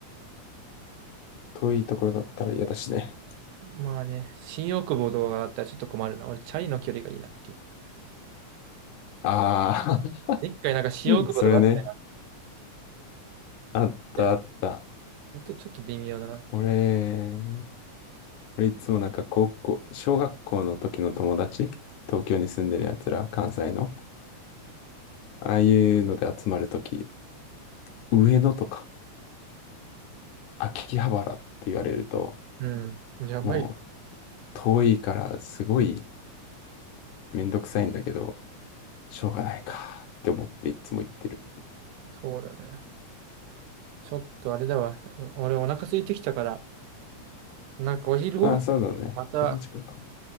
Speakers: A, on the left; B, on the right.
A: 遠いところだったら嫌だしね。
B: まあね、新大久保とかだったらちょっと困るな。俺、チャリの距離がいいなっていう。
A: ああ
B: 一回なんか新大久保とかあったらやっ
A: うん。それね。あったあった。
B: てる。えっと、ちょっと微妙だなって。
A: 俺、俺いつもなんか高校、小学校の時の友達、東京に住んでる奴ら、関西の、ああいうので集まる時、上野とか秋葉原って言われると、
B: うん。やばいよ。
A: もう遠いからすごいめんどくさいんだけど、しょうがないかって思っていつも行ってる。
B: そうだね。ちょっとあれだわ。俺お腹空いてきたから、なんかお昼ご飯、
A: ああ、そうだね。
B: また、
A: こんな時間か。